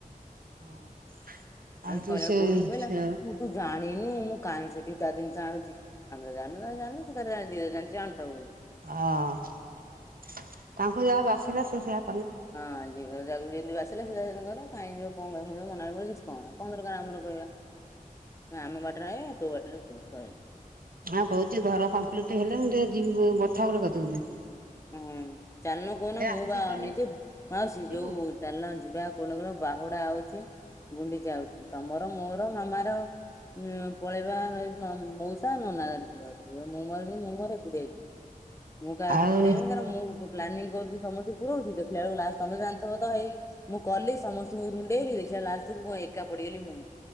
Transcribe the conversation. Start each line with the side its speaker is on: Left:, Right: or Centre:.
Right: ହଁ। ଆଉ ତୁ
Left: କହ
Right: ସେ
Left: ବୋଉନି ବିଲ
Right: ସେ
Left: ମୁଁ ତୁ ଜାଣ ନୁ ମୁଁ କାହିଁ ସେଠି ତା ଜିନିଷ ଆଣୁଛି ଆମେ ଜାୁ ଜାୁ ସେ ଜାି ଜାଣ ଜ ଆଣୁଥାୁ
Right: ହଁ ତାଙ୍କୁ ଯାହା ବାସିଲା ସେ ସେଆ
Left: ହଁ ଯା ଯେମିତି ଆସିଲା ସିଧା ସେତି କର କାଇଁ ଯିବ କଣ କହିବ। ମୁ ମନା କିଛି କହନା କଣ ଦରକାର ଆମର କହିବା ଆମ ବାଟରେ ଆ ତୁ ବାଟରେ ତୁ ସଇଲା।
Right: ହଁ କହୁଛି ଘର କମ୍ପ୍ଲିଟ ହେଲେ ମୁଁ ଟିକେ ଯିବି ବର୍ଥା କ କି।
Left: ହଁ ଚାଲଣ କହୁନ ମୁଁ
Right: ଆଜିକାଲି
Left: ବା ନେଇଛିି ଭଉ
Right: ଯିବୁ
Left: ଯୋଉ ଚାଲ ଯିବା କହୁନା କ ବାହୁଡା ଆଉଚି ଗୁଣ୍ଡିଚା ଆଉଚି ତମର ମୋର ମାମାର ଉଁ ପଳେଇବା ମା-ମୋଉସା ନନା ମୁଁ ମୋର ମୁଁ ମୋର ଏକୁଟିଆ ଯିବି। ମୁଁ କାହାକୁ
Right: ଆଉ
Left: ପୁରଇବିନି କାରଣ ମୁଁ ପ୍ଲାନିଂ କରୁଚି ସମସ୍ତଙ୍କୁ ପୁରୋଉଚି ପିଲାବେଳକୁ ଲାସ୍ ତମେ ତ ଜାଣିଥିବ ତ ଏଇ ମୁଁ କଲି ସମସ୍ତଙ୍କୁ ରୁଣ୍ଡେଇଲି ଦେଖିଲାବେଳେ ଲିଷ୍ଟକୁ ମୁଁ ଏକା ପଡିଗଲି ମୁଁ।